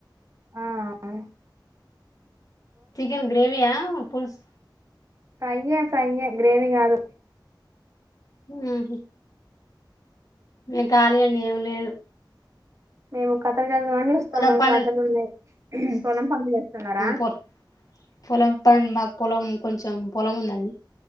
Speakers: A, on the right; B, on the left.
A: ఆ ఆ
B: చికెన్ గ్రేవియా పుల్స్
A: ఫ్రైయే ఫ్రైయే గ్రేవీ కాదు
B: హ్మ్ మేం ఖాళీ అండి ఏం లేదు
A: మేము కథలు చూస్తాను
B: పొలం పనులు
A: కథలు ఉన్నాయి పొలం పనులు చేస్తున్నారా
B: పొ పొలం పని మాకు పొలం కొంచెం పొలం ఉందండి